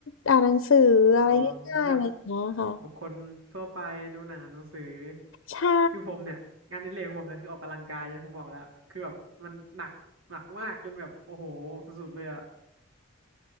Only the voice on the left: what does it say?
อ่านหนังสืออะไรง่ายๆอะไรอย่างเงี้ยค่ะ
ใช่